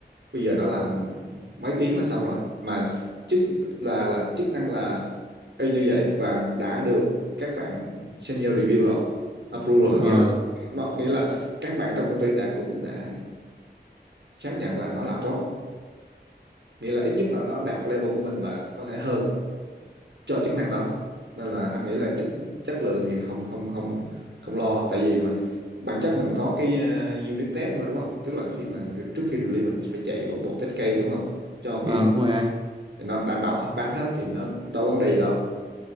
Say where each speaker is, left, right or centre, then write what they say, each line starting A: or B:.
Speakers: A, on the right (about 75°); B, on the right (about 30°).
A: bây giờ nó làm mấy tiếng là xong rồi mà chức là là chức năng là y như vậy và đã được các bạn senior review rồi approve rồi
B: Ờ,
A: nghĩa là nó nghĩa là các bạn trong công ty đã cũng đã xác nhận là nó làm tốt nghĩa là ít nhất là nó đạt level của mình và có thể hơn cho chức năng đó nên là anh nghĩ là chất chất lượng thì không không không không lo tại vì mà bản chất mình có cái ờ, unit test mà đúng không tức là khi mà re- trước khi release mình phải chạy một bộ test case đúng không cho
B: ờ,
A: cái
B: đúng rồi anh.
A: nó đảm bảo pass hết thì nó đâu vấn đề gì đâu